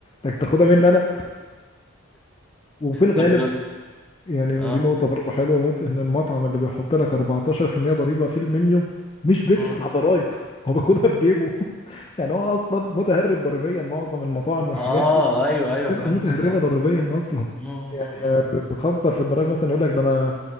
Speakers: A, on the left; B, in the centre.
A: انك تاخدها مني انا وفي الغالب
B: طب
A: يعني
B: اه
A: دي نقطة برضه حلوة موت إن المطعم اللي بيحط لك 14% ضريبة في المنيو مش بيدفع
B: اه
A: ضرايب هو بياخدها في جيبه <laughs> يعني هو أصلا متهرب ضريبيا معظم المطاعم والحاجات
B: آه،
A: دي
B: ايوه ايوه
A: بتبقى
B: فهمتك
A: متهربة
B: اه
A: ضريبيا أصلا
B: آه، آه،
A: يعني آه،
B: آه. آه.
A: بخنصر في الضرايب مثلا يقول لك ده أنا